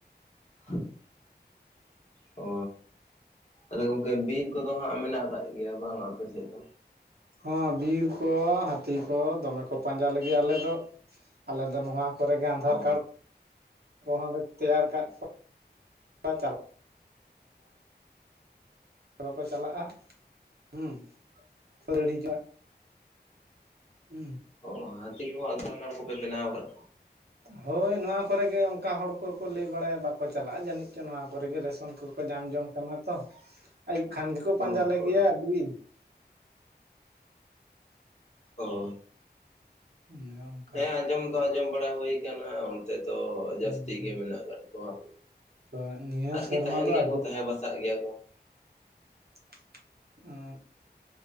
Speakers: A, on the left; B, on the right.
A: <unintelligible> ᱚ ᱛᱟᱦᱞᱮ ᱜᱚᱝᱠᱮ ᱵᱤᱨ ᱠᱚᱫᱚ ᱦᱟᱜ, ᱢᱮᱱᱟᱜ ᱟᱠᱟᱫ ᱜᱮᱭᱟ ᱵᱟᱝ ᱟᱯᱮ ᱥᱮᱫ ᱫᱚ?
B: ᱦᱚᱸ ᱵᱤᱨ ᱠᱚ, ᱦᱟᱹᱛᱤ ᱠᱚ, ᱫᱚᱢᱮ ᱠᱚ ᱯᱟᱸᱡᱟ ᱞᱮᱜᱮ ᱟᱞᱮ ᱫᱚ, ᱟᱞᱮ ᱫᱚ ᱱᱚᱣᱟ᱾ ᱠᱚᱨᱮ ᱜᱮ ᱟᱫᱷᱟᱨ
A: ᱚ
B: ᱠᱟᱨᱰ ᱠᱚᱦᱚᱸ ᱞᱮ, ᱛᱮᱭᱟᱨ ᱠᱟᱫ ᱠᱚᱣᱟ᱾ ᱵᱟᱠᱚ ᱪᱟᱞᱟᱜᱼᱟ᱾ ᱦᱮᱸ ᱫᱟᱹᱲ ᱦᱤᱡᱩᱜᱼᱟ᱾ ᱦᱩᱸ᱾
A: ᱚ ᱦᱟᱹᱛᱤ ᱠᱚ-ᱦᱚᱸ ᱟᱫᱷᱟᱨ ᱠᱟᱨᱰ, ᱠᱚᱯᱮ ᱵᱮᱱᱟᱣ ᱟᱠᱟᱫ ᱠᱚᱣᱟ᱾
B: ᱦᱳᱭ ᱱᱚᱣᱟ ᱠᱚᱨᱮ ᱜᱮ, ᱚᱱᱠᱟ ᱦᱚᱲ ᱠᱚ-ᱠᱚ ᱞᱟᱹᱭ ᱵᱟᱲᱟᱭᱟ ᱵᱟᱠᱚ ᱪᱟᱞᱟᱜᱼᱟ᱾ ᱡᱟᱹᱱᱤᱡ ᱪᱚ ᱱᱚᱣᱟ ᱠᱚᱨᱮ ᱜᱮ ᱨᱮᱥᱚᱱ ᱠᱚ ᱠᱚ ᱧᱟᱢ ᱡᱚᱝ ᱠᱟᱱᱟ ᱛᱚ᱾
A: <inaudible>
B: ᱟᱹᱭᱩᱵ ᱠᱷᱟᱱ ᱜᱮᱠᱚ, ᱯᱟᱸᱡᱟ
A: ᱚ
B: ᱞᱮᱜᱮᱭᱟ᱾
A: ᱦᱳᱭ
B: ᱟᱹᱰᱤ
A: ᱚ
B: ᱦᱩᱸ᱾
A: ᱦᱮᱸ ᱟᱸᱡᱚᱢ ᱫᱚ ᱟᱸᱡᱚᱢ ᱵᱟᱲᱟ ᱦᱩᱭ ᱠᱟᱱᱟ᱾ ᱚᱱᱛᱮ ᱫᱚ,
B: ᱦᱩᱸ
A: ᱡᱟᱹᱥᱛᱤ
B: ᱦᱩᱸ
A: ᱜᱮ ᱢᱮᱱᱟᱼᱜ ᱟᱠᱟᱫ ᱠᱚᱣᱟ᱾
B: ᱛᱚ ᱱᱤᱭᱟᱹ
A: ᱟᱨᱠᱤ
B: ᱥᱮᱨᱢᱟ
A: ᱛᱟᱦᱮᱱ
B: ᱫᱚ,
A: ᱜᱮᱭᱟ
B: ᱟᱹᱰᱤ
A: ᱠᱚ ᱛᱟᱦᱮᱸ ᱵᱟᱥᱟᱜ ᱜᱮᱭᱟ ᱠᱚ
B: <unintelligible>